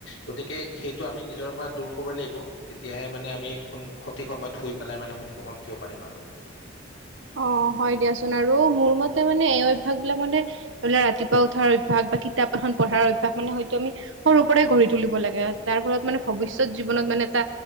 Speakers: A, on the left; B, on the right.
A: গতিকে সেইটো আমি নিজৰ পৰা দূৰ কৰিব লাগিব তেতিয়াহে মানে আমি সোন সঠিক সময়ত শুই পেলাই মানে, সঠিক সময়ত উঠিব পাৰিম আৰু।
B: অ'! হয় দিয়াচোন আৰু মোৰ মতে মানে, এই অভ্যাস বিলাক মানে, ধৰি লোৱা, ৰাতিপুৱা উঠাৰ অভ্যাস বা কিতাপ এখন পঢ়াৰ অভ্যাস। মানে, হয়তো আমি, সৰু পৰাই গঢ়ি তুলিব লাগে। আৰু তাৰ ফলত মানে, ভৱিষ্যত জীৱনত মানে, এটা